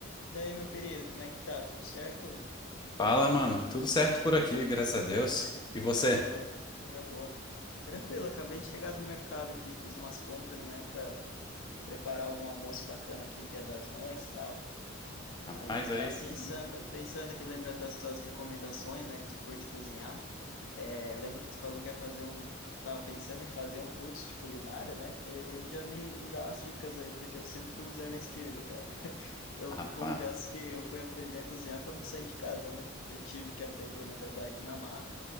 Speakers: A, on the left; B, on the left.
A: daí meu querido, como é que tá? Tudo certo?
B: Fala, mano. Tudo certo por aqui, graças a Deus. E você?
A: Ó, coisa boa. Tranquilo, acabei de chegar do mercado aqui, fiz umas compras, né, para preparar algum almoço bacana aqui, Dia das Mães e tal.
B: Rapaz,
A: Aí tava
B: aí sim.
A: pensando, pensando aqui, lembrando das tuas recomendações, né, que tu curte cozinhar. É, lembro que tu falou que ia fazer um. Tava pensando em fazer um curso de culinária, né? De repente já me, me dá umas dicas aí, porque eu sempre fui um zero à esquerda, cara. <laughs> Eu
B: Rapaz,
A: confesso que eu fui aprender a cozinhar quando eu saí de casa, né? Que eu tive que aprender, na verdade, na marra.